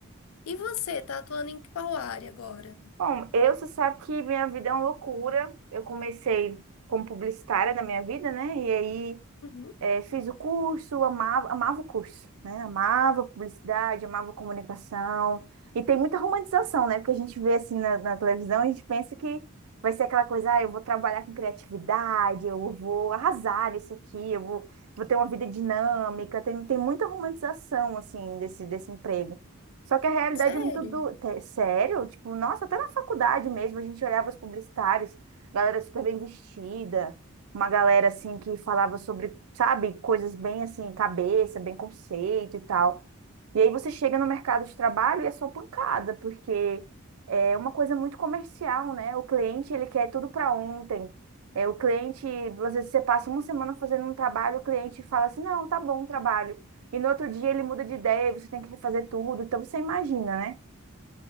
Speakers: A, on the left; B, on the right.
A: E você, tá atuando em qual área agora?
B: Bom, eu, você sabe que minha vida é uma loucura. Eu comecei como publicitária na minha vida, né? E aí
A: Uhum.
B: É, fiz o curso, amava, amava o curso, né? Amava publicidade, amava comunicação. E tem muita romantização, né? Porque a gente vê assim na, na televisão, a gente pensa que vai ser aquela coisa, ah, eu vou trabalhar com criatividade, eu vou arrasar isso aqui, eu vou, vou ter uma vida dinâmica. Tem, tem muita romantização, assim, desse, desse emprego. Só que a realidade
A: Sério?
B: é muito do... te- sério, tipo, nossa, até na faculdade mesmo, a gente olhava os publicitários, galera super bem vestida uma galera assim que falava sobre, sabe, coisas bem assim, cabeça, bem conceito e tal. E aí você chega no mercado de trabalho e é só pancada, porque é uma coisa muito comercial, né? O cliente, ele quer tudo para ontem. É, o cliente, às vezes você passa uma semana fazendo um trabalho, o cliente fala assim: "Não, tá bom o trabalho". E no outro dia ele muda de ideia, e você tem que refazer tudo. Então você imagina, né?